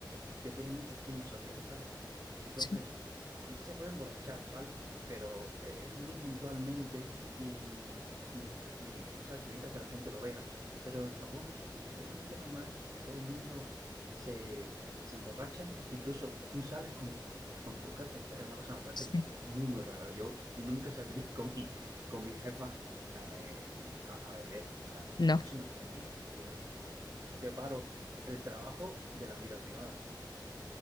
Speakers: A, on the right; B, on the left.
A: que tiene mucho estigma social, ¿sabes? Entonces,
B: Sí,
A: la gente se puede emborrachar, ¿vale? Pero eh, es muy puntualmente y, y, y, ¿sabes? Evita que la gente lo vea. Pero en Japón es completamente normal, pues todo el mundo se, se emborracha, incluso tú sales con, con tu jefe, es también una cosa que me parece
B: sí.
A: muy, muy rara. Yo nunca saldría <laughs> con mi, con mi jefa eh, a, a beber, o sea, es
B: No,
A: que no se me ocurriría. Yo eh, separo el trabajo de la vida privada.